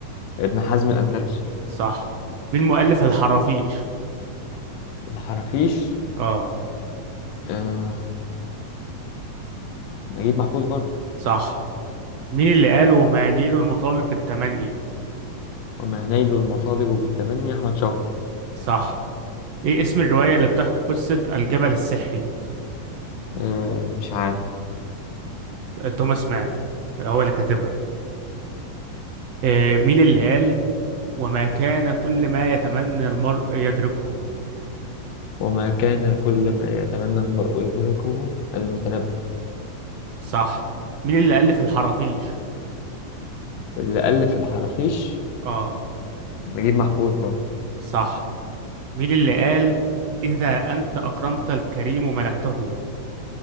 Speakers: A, on the left (about 80°); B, on the right (about 65°).
A: ابن حزم الأندلسي
B: صح مين مؤلف الحرافيش
A: الحرافيش
B: اه
A: آه نجيب محفوظ برضه
B: صح مين اللي قال وما ينيل المطالب بالتمني
A: وما نيل المطالب بالتمني أحمد شوقي
B: صح ايه اسم الرواية اللي بتحكي قصة الجبل السحري
A: آه مش عارف
B: توماس مان هو اللي كاتبها إيه مين اللي قال وما كان كل ما يتمنى المرء يدركه
A: وما كان كل ما يتمنى المرء يدركه المتنبي
B: صح مين اللي ألف الحرافيش
A: اللي ألف الحرافيش
B: اه
A: نجيب محفوظ برضه
B: صح مين اللي قال إذا أنت أكرمت الكريم ملكته